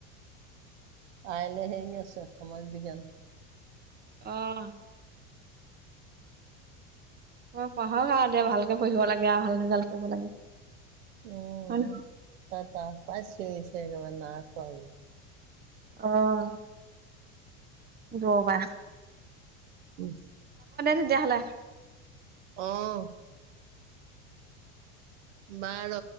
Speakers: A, on the right; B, on the right.
A: কাইলে হেৰি আছে সমাজ বিজ্ঞান।
B: আহ মই পঢ় হ এয়া ভালকে পঢ়িব লাগে আৰু ভাল ৰিজাল্ট কৰিব লাগে।
A: উম
B: হয় নহয়
A: তা তা তাত চিঞৰি চে একে নাই খোৱা বুলি
B: আহ। দুৰপা
A: উ
B: তেতিয়াহ'লে
A: অ বাৰ